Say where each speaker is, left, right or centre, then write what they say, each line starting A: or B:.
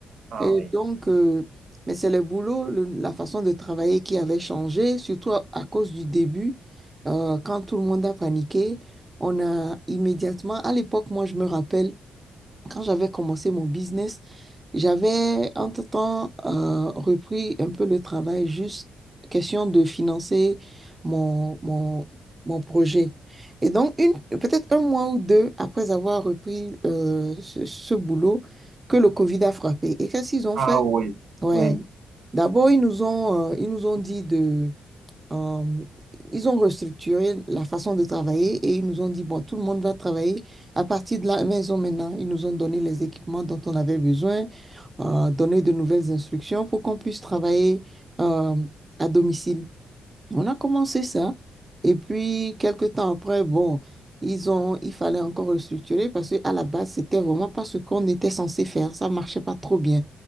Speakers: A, on the right; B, on the right.
A: Ah
B: Et
A: oui.
B: donc, euh, mais c'est le boulot, le- la façon de travailler qui avait changé, surtout à, à cause du début, euh, quand tout le monde a paniqué. On a immédiatement, à l'époque, moi, je me rappelle. Quand j'avais commencé mon business, j'avais entre-temps euh, repris un peu le travail, juste question de financer mon, mon, mon projet. Et donc, une, peut-être un mois ou deux après avoir repris euh, ce, ce boulot, que le Covid a frappé. Et qu'est-ce qu'ils ont
A: Ah
B: fait?
A: oui.
B: Ouais.
A: Oui.
B: D'abord, ils nous ont, euh, ils nous ont dit euh, ils ont restructuré la façon de travailler et ils nous ont dit, bon, tout le monde va travailler à partir de la maison maintenant. Ils nous ont donné les équipements dont on avait besoin, euh, donné de nouvelles instructions pour qu'on puisse travailler euh, à domicile. On a commencé ça et puis quelques temps après, bon, ils ont, il fallait encore restructurer parce qu'à la base, c'était vraiment pas ce qu'on était censé faire. Ça marchait pas trop bien.